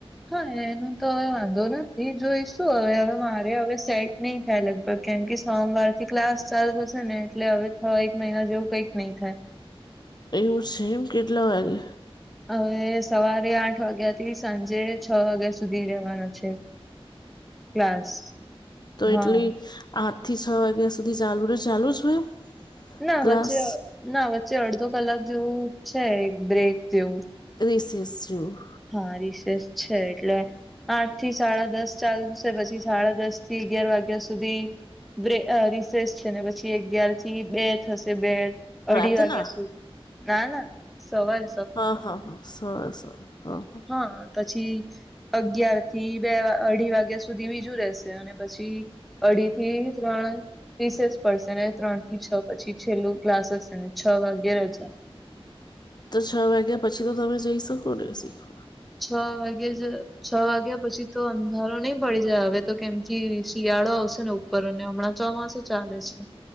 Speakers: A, in the centre; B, on the left (about 45°).
A: હા એનું તો હવે વાંધો નથી જોઈશું હવે હવે મારે હવે સેટ નહી થાય લગભગ કેમ કે સોમવાર થી ક્લાસ ચાલુ થશે ને એટલે હવે છ એક મહિના જેવું કઈક નહી થાય.
B: એવું સેમ કેટલા વાગે
A: હવે સવારે આઠ વાગ્યા થી સાંજે છ વાગ્યા સુધી રેવાના છે. ક્લાસ
B: તો
A: હા
B: એટલી આઠ થી છ વાગ્યા સુધી ચાલુ રે ચાલુ જ હોય.
A: ના
B: ક્લાસ
A: વચ્ચે ના વચ્ચે અડધો કલાક જેવું છે એક બ્રેક જેવું
B: રિસસ જોું
A: હા રિસેસ છે એટલે આઠ થી સાડા દસ ચાલ. પછી સાડા દસ થી અગિયાર વાગ્યા સુધી. બ્રે રિસેસ છે ને પછી અગિયાર થી બે થશે બે અઢી
B: રાતના
A: વાગ્યા સુધી ના ના સવાર
B: હા હા હા સર સ હા હા
A: હા પછી અગિયાર થી બે અઢી વાગ્યા સુધી બીજું રેશે અને પછી અઢી થી ત્રણ રીસેસ પડશે ને. ત્રણ થી છ પછી છેલ્લો ક્લાસ હશે ને છ વાગે રજા.
B: તો છ વાગ્યા પછી તો તમે જઈ શકો ને શીખવા.
A: છ વાગે જ છ વાગ્યા પછી. તો અંધારો નહી પડી જાય હવે તો કેમ કે શિયાળો આવશે ને ઉપર અને હમણાં ચોમાસું ચાલે છે.